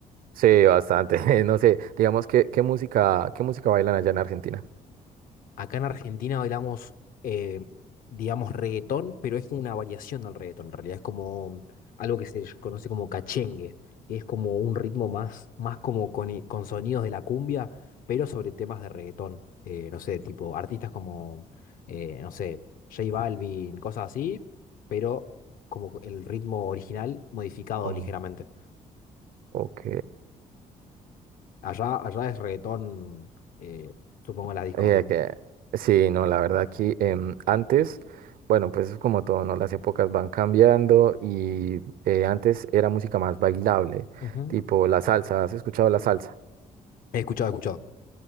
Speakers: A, on the right (about 85°); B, on the left (about 75°).
A: Sí, bastante. <laughs> No sé, digamos que qué música, qué música bailan allá en Argentina.
B: Acá en Argentina bailamos, eh, digamos, reggaetón, pero es como una variación del reggaetón. En realidad es como algo que se ll- conoce como cachengue, que es como un ritmo más, más como con, i- con sonidos de la cumbia, pero sobre temas de reggaetón. Eh, no sé, tipo artistas como, eh, no sé, J Balvin, cosas así, pero como el ritmo original modificado
A: Oh,
B: ligeramente.
A: ok.
B: Allá, allá es reggaetón, eh, supongo en las discos,
A: Eh,
B: ¿no?
A: que- sí, no, la verdad aquí em, antes, bueno, pues es como todo, ¿no? Las épocas van cambiando y eh, antes era música más bailable,
B: Ujú.
A: tipo la salsa. ¿Has escuchado la salsa?
B: He escuchado, he escuchado.